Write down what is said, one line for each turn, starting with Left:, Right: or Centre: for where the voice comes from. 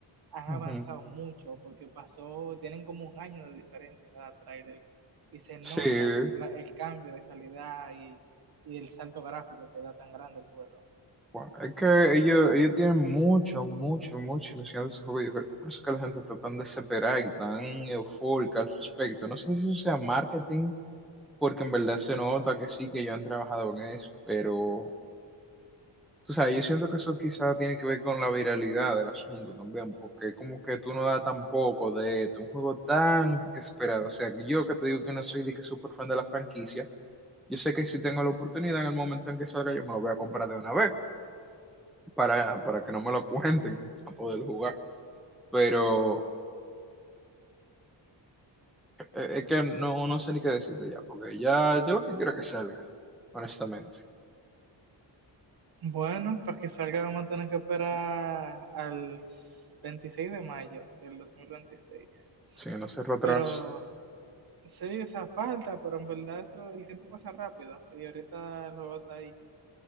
Right: han
Centre: Ujú.
Right: avanzado mucho porque pasó, tienen como un año de diferencia cada tráiler y se nota
Centre: Sí,
Right: la- el cambio de calidad y, y el salto gráfico que da tan grande el juego.
Centre: Bueno, es que ellos, ellos tienen mucho, mucho, mucha ilusión de ese juego. Yo creo que por eso que la gente está tan desesperada y tan eufórica al respecto. No sé si eso sea marketing, porque en verdad se nota que sí, que ya han trabajado en eso, pero tú sabes, yo siento que eso quizás tiene que ver con la viralidad del asunto también, porque como que tú no das tampoco de esto, un juego tan esperado. O sea, que yo que te digo que no soy de que súper fan de la franquicia, yo sé que si tengo la oportunidad en el momento en que salga, yo me lo voy a comprar de una vez para, para que no me lo cuenten, <laughs> para poder jugar. Pero eh, es que no, no sé ni qué decirte ya, porque ya yo lo que quiero es que salga, honestamente.
Right: Bueno, para que salga vamos a tener que esperar al s- 26 de mayo del dos mil veintiséis
Centre: Si no cierro atrás.
Right: Pero sí, esa falta, pero en verdad eso, el tiempo pasa rápido y ahorita el juego está ahí.